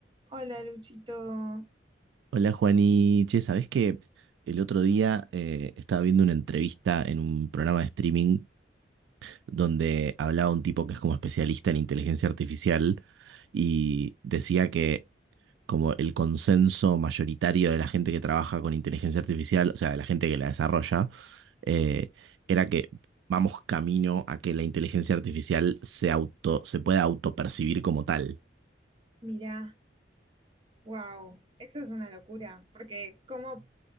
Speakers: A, on the right (about 30°); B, on the right (about 75°).
A: Hola, Luchito.
B: Hola Juani, che, ¿sabés que el otro día eh, estaba viendo una entrevista en un programa de streaming donde hablaba un tipo que es como especialista en inteligencia artificial y decía que como el consenso mayoritario de la gente que trabaja con inteligencia artificial, o sea, de la gente que la desarrolla, eh, era que vamos camino a que la inteligencia artificial se auto, se pueda autopercibir como tal.
A: Mirá, wow, eso es una locura, porque ¿cómo